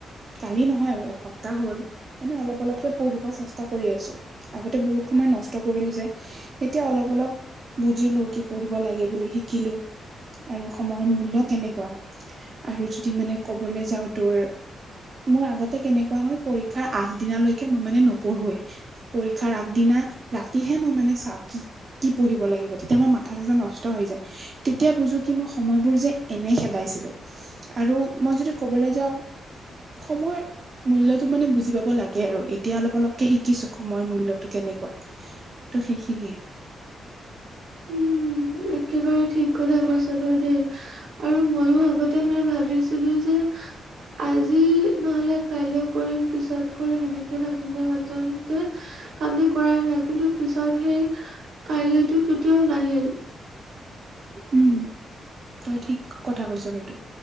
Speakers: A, on the right; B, on the right.
A: কালি নহয় আৰু এসপ্তাহ হ'ল এনে অলপ অলপকে পঢ়িব চেষ্টা কৰি আছোঁ। আগতে বহুত সময় নষ্ট কৰিলোঁ যে এতিয়া অলপ-অলপ বুজিলোঁ কি পঢ়িব লাগে বুলি শিকিলোঁ। সময়ৰ মূল্য কেনেকুৱা আৰু যদি মানে ক'বলৈ যাও তোৰ মোৰ আগতে কেনেকুৱা হয় পৰীক্ষাৰ আগ দিনালৈকে মই মানে নপঢ়োৱে। পৰীক্ষাৰ আগদিনা ৰাতিহে মই মানে চাও কি কি পঢ়িব লাগিব তেতিয়া মই মাথা চাথা নষ্ট হৈ যায় তেতিয়া বুজো কি মই সময়বোৰ যে এনে খেদাইছিলো আৰু মই যদি ক'বলৈ যাওঁ সময় মূল্যতটো মানে বুজি পাব লাগে আৰু এতিয়া অলপ অলপকে শিকিছো সময়ৰ মূল্যতটো কেনেকুৱা। ত' সেইখিনিয়ে
B: উম একেবাৰে ঠিক কথা কৈছ তই দেই আৰু ময়ো আগতে মানে ভাবিছিলো যে আজি নহ'লে কাইলৈ কৰিম পিছত কৰিম এনেকে ভাবিলোঁ হেতেঁন কামটো কৰাই নহয় কিন্তু পিছত সেই কাইলৈতো কেতিয়াও নাহিল। <unintelligible>
A: উম তই ঠিক কথা কৈছ কিন্তু।